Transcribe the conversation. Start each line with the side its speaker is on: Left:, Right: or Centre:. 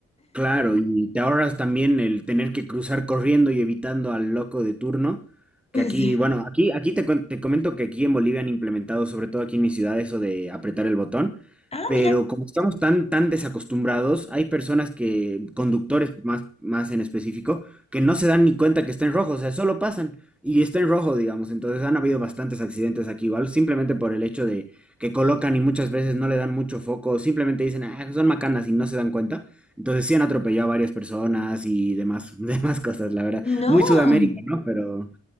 Centre: Claro, y te ahorras también el tener que cruzar corriendo y evitando al loco de turno, que
Left: Sí.
Centre: aquí, bueno, aquí, aquí te, con- te comento que aquí en Bolivia han implementado, sobre todo aquí en mi ciudad, eso de apretar el botón,
Left: Ah,
Centre: pero
Left: mira,
Centre: como estamos tan, tan desacostumbrados, hay personas que, conductores más, más en específico, que no se dan ni cuenta que está en rojo, o sea, solo pasan y está en rojo, digamos, entonces han habido bastantes accidentes aquí igual, simplemente por el hecho de que colocan y muchas veces no le dan mucho foco, simplemente dicen, ah, son macanas y no se dan cuenta. Entonces sí han atropellado a varias personas y demás, <laughs> demás cosas, la verdad.
Left: no,
Centre: Muy Sudamérica, ¿no? Pero,